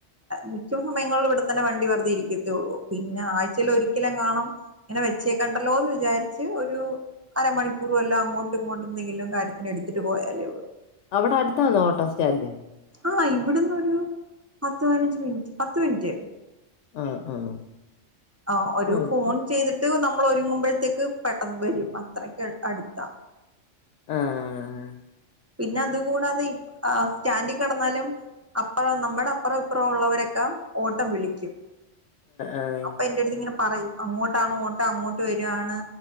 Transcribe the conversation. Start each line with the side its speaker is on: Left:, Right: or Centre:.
Right: മിക്ക സമയങ്ങളിലും ഇവിടെത്തന്നെ വണ്ടി വെറുതെ ഇരിക്കത്തേയുള്ളൂ പിന്നെ ആഴ്ചേൽ ഒരിക്കലെങ്ങാണം ഇങ്ങനെ വെച്ചേക്കണ്ടല്ലോ എന്ന് വിചാരിച്ച് ഒരു അരമണിക്കൂറ് വെല്ലോം അങ്ങോട്ടും ഇങ്ങോട്ടും എന്തെങ്കിലും കാര്യത്തിന് എടുത്തിട്ട് പോയാലേ ഉള്ളൂ
Left: അവിടെ അടുത്താണോ ഓട്ടോ സ്റ്റാൻഡ്
Right: ആഹ് ഇവിടുന്ന് ഒരു പത്ത് പത്ത് പതിനഞ്ച് മിനിറ്റ് പത്ത് മിനിറ്റ്
Left: ആഹ് ആഹ്
Right: ആ ഒരു
Left: ആഹ്
Right: ഫോൺ ചെയ്തിട്ട് നമ്മ നമ്മൾ ഒരുങ്ങുമ്പോഴത്തേക്ക് പെട്ടെന്ന് വരും അത്രക്ക് അടുത്താ
Left: ആഹ്
Right: പിന്നെ അതുകൂടാതെ ഈ സ്റ്റാൻഡി കിടന്നാലും അപ്പുറം നമ്മുടെ അപ്പുറം ഇപ്പുറം ഉള്ളവരൊക്കെ ഓട്ടം വിളിക്കും
Left: ആഹ്
Right: അപ്പൊ എന്റടുത്ത് ഇങ്ങനെ പറയും അങ്ങോട്ടാണ് ഓട്ടം അങ്ങോട്ട് വരുകാണ്